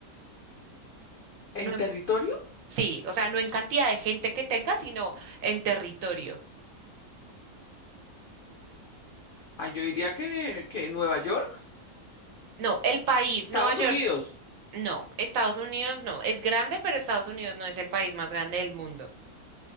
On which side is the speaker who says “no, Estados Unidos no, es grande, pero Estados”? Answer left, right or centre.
Right